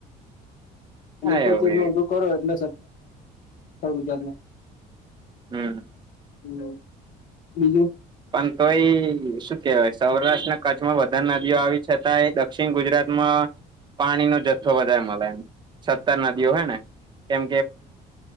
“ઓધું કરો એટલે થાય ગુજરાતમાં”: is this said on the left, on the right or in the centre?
Left